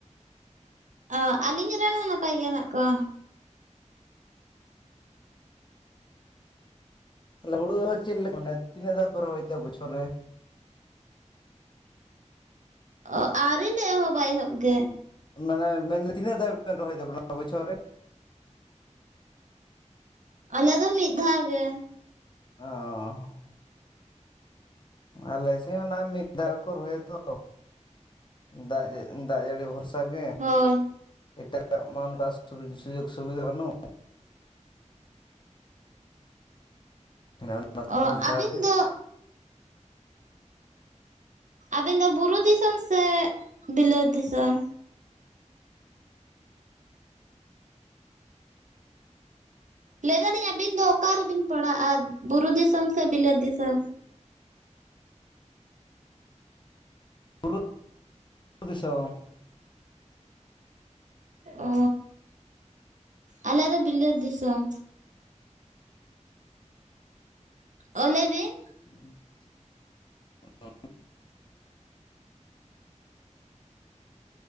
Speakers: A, on the right (about 75°); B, on the left (about 40°).
A: ᱚ ᱟᱹᱞᱤᱧ ᱨᱮᱱ ᱦᱚᱸ ᱱᱟᱯᱟᱭ ᱜᱮ ᱦᱮᱱᱟᱜ ᱠᱚᱣᱟ
B: ᱦᱩᱲᱩ ᱫᱚ ᱪᱮᱫ ᱞᱮᱠᱟ ᱢᱟᱱᱮ ᱛᱤᱱᱟᱹᱜ ᱫᱷᱟᱣ ᱯᱮ ᱨᱚᱦᱚᱭ ᱛᱮ ᱵᱚᱪᱷᱚᱨ ᱨᱮ
A: ᱚ ᱟᱹᱣᱨᱤ ᱞᱮ ᱮᱦᱚᱵᱼᱟ ᱮᱦᱚᱵ ᱜᱮ
B: ᱢᱟᱱᱮ ᱢᱮᱱ ᱛᱤᱱᱟᱹᱜ ᱫᱷᱟ ᱵᱮᱱ ᱨᱚᱦᱚᱭ ᱫᱟᱵᱚᱱᱟ ᱱᱚᱣᱟ ᱵᱚᱪᱷᱚᱨ ᱨᱮ
A: ᱟᱞᱮ ᱫᱚ ᱢᱤᱫ ᱫᱷᱟᱣ ᱜᱮ
B: ᱚᱸ ᱟᱞᱮᱥᱮ ᱦᱚᱸ ᱚᱱᱟ ᱢᱤᱫ ᱫᱷᱟᱣ ᱠᱚ ᱨᱚᱦᱚᱭ ᱛᱚ ᱫᱟᱜ ᱫᱟᱜ ᱡᱟᱹᱲᱤ ᱵᱷᱚᱨᱥᱟ ᱚᱱᱠᱟ ᱜᱮ
A: ᱦᱳᱭ
B: ᱮᱴᱟᱜᱟ ᱢᱟ ᱚᱱᱠᱟ ᱥᱩᱡᱚᱜ ᱥᱩᱵᱤᱫᱷᱟ ᱵᱟᱹᱱᱩᱜ ᱚᱱᱟ ᱛᱮ
A: ᱚ
B: ᱢᱤᱫ ᱫᱷᱟᱣ
A: ᱟᱹᱵᱤᱱ
B: ᱜᱮ
A: ᱫᱚ ᱟᱵᱤᱱ ᱫᱚ ᱵᱩᱨᱩ ᱫᱤᱥᱚᱢ ᱥᱮ ᱵᱤᱞᱟᱹᱛ ᱫᱤᱥᱚᱢ ᱞᱟᱹᱭ ᱫᱟᱞᱤᱧ ᱟᱹᱵᱤᱱ ᱫᱚ ᱚᱠᱟᱨ ᱨᱮᱵᱤᱱ ᱯᱟᱲᱦᱟᱜᱼᱟ ᱵᱩᱨᱩ ᱫᱤᱥᱚᱢ ᱥᱮ ᱵᱤᱞᱟᱹ ᱫᱤᱥᱚᱢ᱾
B: ᱯᱩᱨᱩ ᱫᱤᱥᱚᱢ᱾
A: ᱚ ᱟᱞᱮ ᱫᱚ ᱵᱤᱞᱟᱹᱛ ᱫᱤᱥᱚᱢ ᱚ ᱞᱟᱹᱭ ᱵᱤᱱ
B: <unintelligible>